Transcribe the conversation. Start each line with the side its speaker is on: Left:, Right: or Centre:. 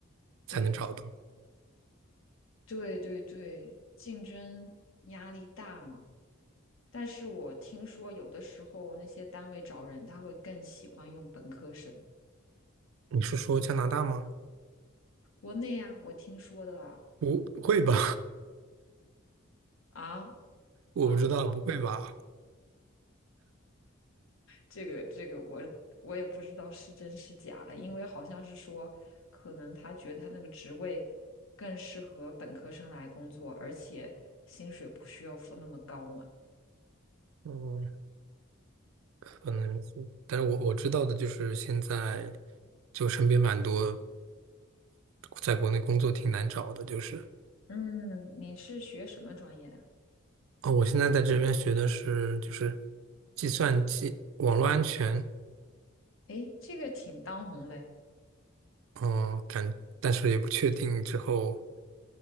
Right: 才能找到。
Left: 对对对对，竞争压力大嘛。但是我听说有的时候那些单位找人，他会更喜欢用本科生。
Right: 你是说加拿大吗？
Left: 国内啊，我听说的啊，
Right: 不，不会吧？
Left: 啊，
Right: <laughs> 我不知道，
Left: 嗯，
Right: 不会吧？
Left: 这个这个我我也不知道是真是假了，因为好像是说，可能他觉得他那个职位更适合本科生来工作，而且薪水不需要付那么高嘛。
Right: 嗯。可能是，但是我我知道的就是现在，就身边蛮多，在国内工作挺难找的，就是
Left: 嗯，你是学什么专业的？
Right: 哦，我现在在这边学的是就是计算机网络安全，
Left: 诶，这个挺当红的，
Right: 嗯、感，但是也不确定之后